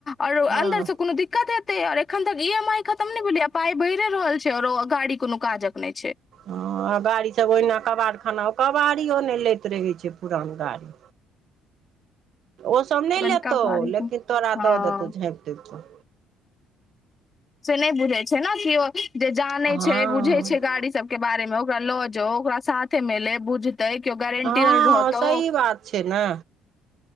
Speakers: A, on the left; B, on the right.
A: और
B: हँ
A: अन्दर से कोनो बिकट और एखन तक ई एम आई खतम नहि भेलियै पाई बढ़िे रहल छै औरो, गाड़ी कोनो काजक नहि छै।
B: हां ओ गाड़ी सब ओहिना कबाड़ खाना ओ कबाड़ियो नै लैत रहै छै पुरान गाड़ी। ओसभ नहि
A: पुरनका
B: लेतहु,
A: गाड़ी
B: लेकिन
A: हँ
B: तोरा दऽ देतहु झाँपि- तोपि कऽ।
A: से नै बुझै छै नै कि ओ जे जाने
B: हँ
A: छै, बुझै छै गाड़ी सब के बारे मे ओकरा लऽ जो ओकरा साथे मिले बुझतेै कियो गारंटियर
B: हँ
A: रहतौ।
B: सही बात छै ना।